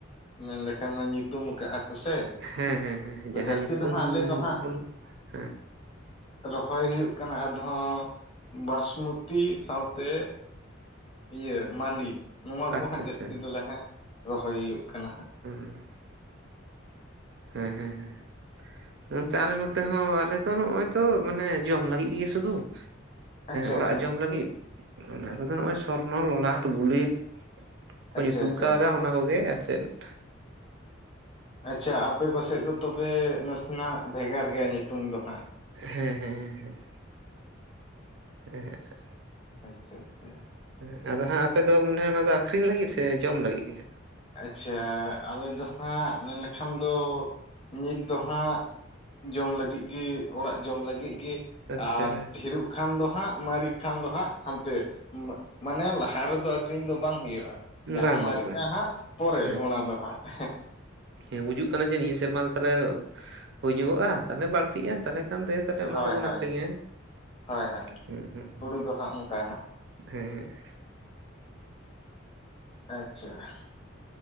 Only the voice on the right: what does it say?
ᱦᱮᱸ ᱦᱮᱸ ᱦᱮᱸ
ᱡᱟᱦᱟᱸ
ᱧᱩᱛᱩᱢ
ᱵᱚᱱ ᱦᱮᱸ
ᱟᱪᱪᱷᱟ
ᱟᱪᱪᱷᱟ
ᱦᱩᱸ ᱾ ᱦᱮᱸ, ᱦᱮᱸ, ᱦᱮᱸ ᱾ ᱜᱚᱝᱠᱮ ᱟᱞᱮ ᱱᱚᱛᱮ ᱦᱚᱸ ᱟᱞᱮ ᱫᱚ ᱱᱚᱜᱼᱚᱭ ᱛᱚ ᱢᱟᱱᱮ ᱡᱚᱢ ᱞᱟᱹᱜᱤᱫ ᱜᱮ ᱥᱩᱫᱷᱩ ᱾
ᱚᱲᱟᱜ
ᱡᱚᱢ ᱞᱟᱹᱜᱤᱫ, ᱦᱩᱲᱩ ᱦᱚᱸᱜᱼᱚᱭ ᱥᱚᱨᱱᱚ, ᱞᱚᱞᱟᱴ, ᱵᱩᱞᱮᱴ ᱠᱚ
ᱧᱩᱛᱩᱢ
ᱠᱟᱣᱫᱟ ᱚᱱᱟ ᱠᱚ ᱜᱮ ᱟᱨ ᱪᱮᱫ ᱾
ᱦᱮᱸ, ᱦᱮᱸ, ᱦᱮᱸ ᱾ <inaudible>
ᱦᱮᱸ ᱟᱫᱚ ᱦᱟᱸᱜ, ᱟᱯᱮ ᱫᱚ ᱢᱚᱱᱮ ᱦᱚᱭ ᱚᱱᱟ ᱫᱚ ᱟᱹᱠᱷᱨᱤᱧ ᱞᱟᱹᱜᱤᱫ ᱥᱮ ᱡᱚᱢ ᱞᱟᱹᱜᱤᱫ ᱜᱮ ᱦᱟᱸᱜ?
ᱟᱪᱪᱷᱟ
ᱦᱮᱸ
ᱵᱟᱝ
ᱵᱟᱝ ᱵᱟᱝ
ᱦᱮᱸ
ᱦᱮᱸ ᱵᱩᱡᱩᱜ ᱠᱟᱱᱟ ᱡᱮ ᱱᱤᱭᱟᱹ ᱥᱮᱨᱢᱟ ᱫᱚ ᱛᱟᱦᱚᱞᱮ ᱦᱩᱭ ᱧᱚᱜᱚᱜᱼᱟ, ᱛᱟᱦᱚᱞᱮ ᱵᱟᱹᱲᱛᱤᱜᱼᱟ ᱛᱟᱦᱚᱞᱮ ᱠᱷᱟᱱ ᱫᱚ ᱛᱟᱦᱚᱞᱮ ᱚᱱᱟ
ᱫᱚ ᱵᱚᱱ
ᱟᱹᱠᱷᱨᱤᱧᱟ᱾
ᱦᱩᱸ, ᱦᱩᱸ, ᱦᱩᱸ᱾
ᱦᱮᱸ ᱾